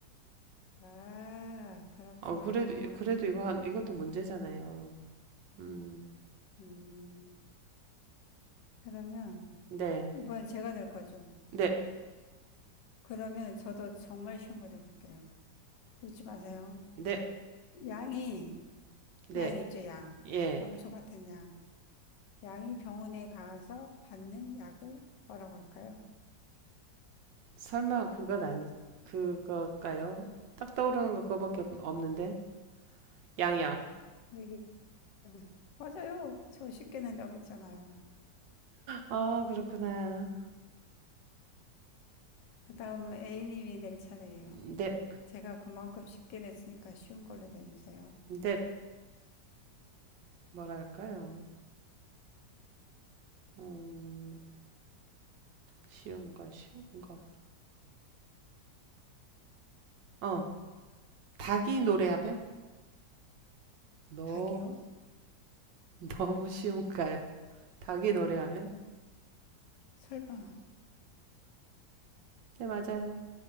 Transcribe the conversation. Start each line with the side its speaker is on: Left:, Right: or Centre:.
Left: 아, 그렇구나.
Right: 어, 그래도, 그래도 이거 한, 이것도 문제잖아요. 음,
Left: 음, 그러면
Right: 네.
Left: 이번에 제가 될 거죠.
Right: 네,
Left: 그러면 저도 정말 쉬운 거 내볼게요. 웃지 마세요.
Right: 네,
Left: 양이,
Right: 네.
Left: 양 있죠, 양.
Right: 예.
Left: 염소 같은 양. 양이 병원에 가서 받는 약을 뭐라고 할까요?
Right: 설마 그것 아니, 그거일까요? 딱 떠오르는 거 그거밖에 없- 없는데. 양양.
Left: 얘기해 보세요. 맞아요. 저 쉽게 낸다고 했잖아요.
Right: 어, 그렇구나.
Left: 그 다음은 A님이 낼 차례예요.
Right: 네,
Left: 제가 그만큼 쉽게 냈으니까 쉬운 걸로 내주세요.
Right: 네. 뭐랄까요? 음, 쉬운 거, 쉬운 거. 어, 닭이 노래하면? 너,
Left: 닭이요?
Right: <laughs> 너무 쉬운가요? 닭이 노래하면?
Left: 설마.
Right: 네, 맞아요.